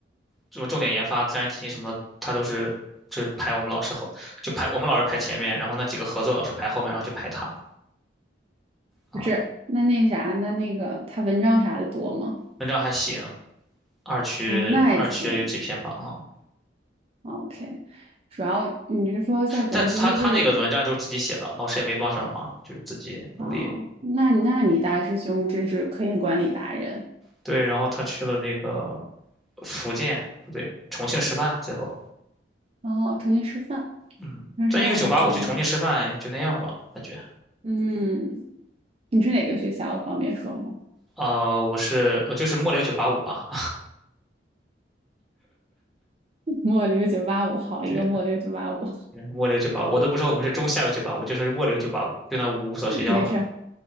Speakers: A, in the centre; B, on the right.
A: 什么重点研发、自然基金什么的，他都是就排我们老师后，就排我们老师排前面，然后那几个合作老师排后面，然后就排他啊。
B: 不是那那啥，那那个他文章啥的多吗？
A: 文章还行，二区二区有几篇吧啊，
B: 哦，那还行哦，OK。主要你是说在国，
A: 但他他那个文章都是自己写的，
B: 我觉得就是
A: 老师也没帮什么忙，就是自己努力。
B: 啊、那那你大师兄真是科研管理达人。
A: 对，然后他去了那个福建，不对，重庆师范，最后。
B: 哦，重新师范，
A: 嗯，
B: 重新吃饭也还可以。
A: 转一个九八五去重庆吃饭就那样吧，感觉。
B: 嗯，你是哪个学校的方便说吗？
A: 呃，我是我就是末流九八五吧，
B: 末流九八五，好一个末流九八五，
A: 对，末流九八五，我都不说我们是中下游九八五，就说是末流九八五，就那五所学校吧。
B: <laughs> 没事儿，